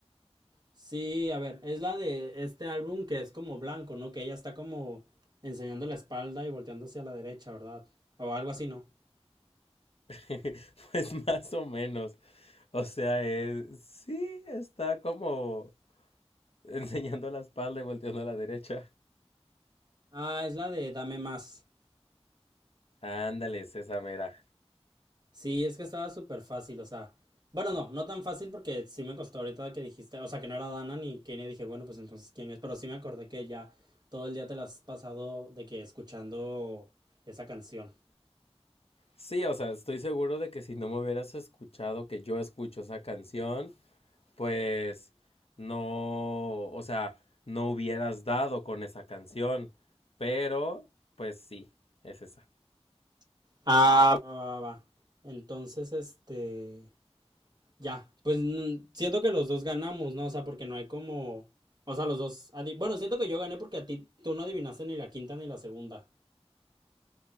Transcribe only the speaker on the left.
<laughs> Pues más o menos. O sea, es, sí, está como enseñando la espalda y volteando a la derecha.
Ándale, es esa mera.
Sí, o sea, estoy seguro de que si no me hubieras escuchado que yo escucho esa canción, pues no, o sea, no hubieras dado con esa canción. Pero, pues sí, es esa.